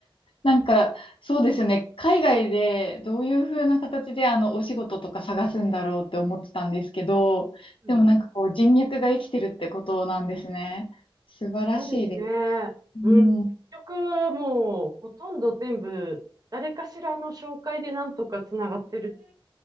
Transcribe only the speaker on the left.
なんか、そうですよね。海外でどういう風な形であの、お仕事とか探すんだろうって思ってたんですけど、
でもなんかこう、人脈が生きてるってことなんですね。素晴らしいです。
うん。
えー